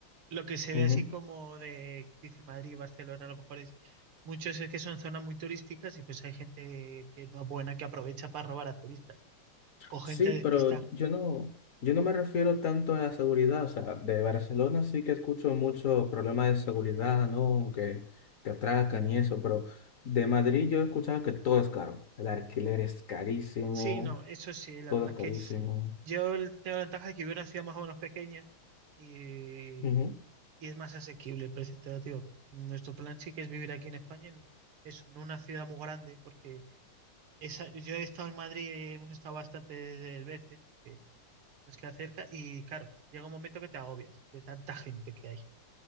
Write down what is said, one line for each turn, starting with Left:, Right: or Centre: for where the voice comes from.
Right: Lo que se
Left: veo.
Right: ve así como de, dice Madrid, Barcelona, a lo mejor es muchos es que son zonas muy turísticas y pues hay gente que no es buena que aprovecha para robar a turistas o gente
Left: Sí,
Right: despistada.
Left: pero yo no, yo no me refiero tanto a la seguridad. O sea, de Barcelona sí que escucho mucho problemas de seguridad, ¿no? Que te atracan y eso, pero de Madrid yo he escuchado que todo es caro. El alquiler es carísimo,
Right: Sí, no, eso sí, la
Left: todo
Right: verdad
Left: es carísimo.
Right: es que yo el- tengo la ventaja de que vivo en una ciudad más o menos pequeña y,
Left: Ujú.
Right: y es más asequible el precio tío. Nuestro plan sí que es vivir aquí en España, en eso, en una ciudad muy grande, porque esa, yo he estado en Madrid, hemos estado bastantes veces. que Nos queda cerca y claro, llega un momento que te agobias de tanta gente que hay,